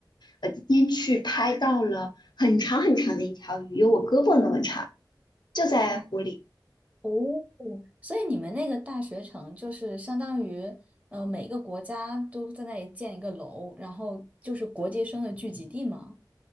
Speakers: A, on the left; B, on the right.
A: 我今天去拍到了很长很长的一条鱼，有我胳膊那么长。就在湖里。
B: 哦，所以你们那个大学城就是相当于，呃，每个国家都在那里建一个楼，然后就是国际生的聚集地吗？